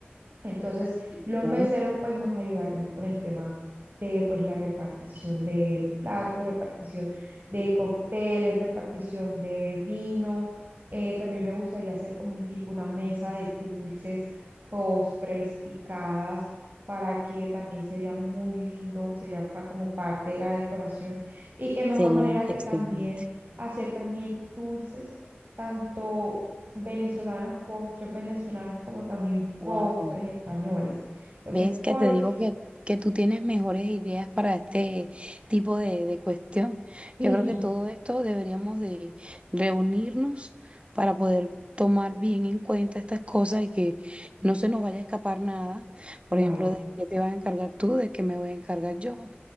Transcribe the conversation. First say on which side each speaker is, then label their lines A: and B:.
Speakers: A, on the right; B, on the right.
A: Entonces,
B: Ok,
A: los meseros pues nos ayudarían con el tema de pues la repartición de, de platos, repartición de cócteles, repartición de vino. Eh, también me gustaría hacer como un tipo, una mesa de dulces, postres, picadas, para que también se vea muy lindo, se vea pa- como parte de la decoración. Y qué mejor
B: Excelente,
A: manera que
B: excelente.
A: también hacer también dulces, tanto venezolanos, postres venezolanos, como también
B: Wow.
A: postres españoles. Entonces,
B: ¿Ves que
A: ¿por
B: te digo
A: qué?
B: que, que tú tienes mejores ideas para este tipo de, de cuestión?
A: Claro.
B: Yo creo que todo esto deberíamos de reunirnos para poder tomar bien en cuenta estas cosas y que no se nos vaya a escapar nada.
A: Vale.
B: Por ejemplo, de qué te vas a encargar tú, de qué me voy a encargar yo.